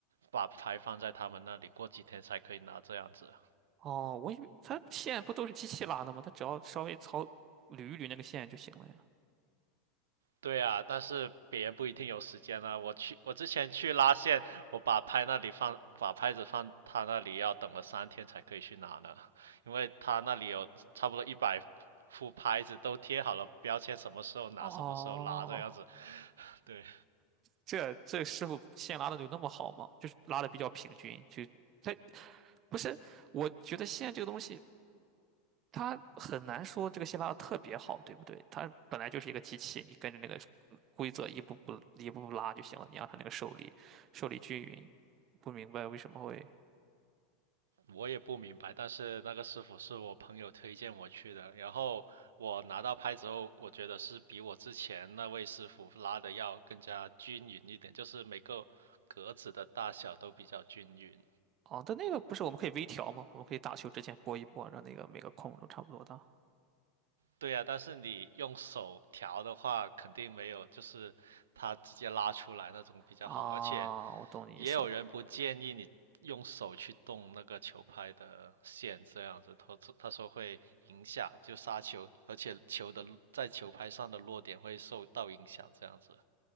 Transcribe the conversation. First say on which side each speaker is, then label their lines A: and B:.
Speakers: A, on the right; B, on the right.
A: 把牌放在他们那里，过几天才可以拿这样子。
B: 哦，我以为它线不都是机器拉的吗？它只要稍微操捋一捋那个线就行了呀。
A: 对啊，但是别人不一定有时间啊。我去，我之前去拉线，我把拍那里放，把拍子放他那里，要等了三天才可以去拿呢，因为他那里有差不多一百副拍子都贴好了标签，什么时候拿，
B: 哦，
A: 什么时候拉这样子。对
B: 这这师傅线拉的有那么好吗？就是拉的比较平均，就它不是，我觉得线这个东西它很难说这个线拉的特别好，对不对？它本来就是一个机器，你跟着那个规则一步步一步步拉就行了，你让它那个受力受力均匀。不明白为什么会。
A: 我也不明白，但是那个师傅是我朋友推荐我去的，然后我拿到拍子后，我觉得是比我之前那位师傅拉的要更加均匀一点，就是每个格子的大小都比较均匀。
B: 哦，但那个不是我们可以微调吗？我们可以打球之前拨一拨，让那个每个空都差不多大。
A: 对呀、但是你用手调的话，肯定没有就是它直接拉出来那种比较好。
B: 啊，
A: 而且
B: 我懂你意思了。
A: 也有人不建议你用手去动那个球拍的线，这样子，他他说会影响就杀球，而且球的在球拍上的落点会受到影响，这样子。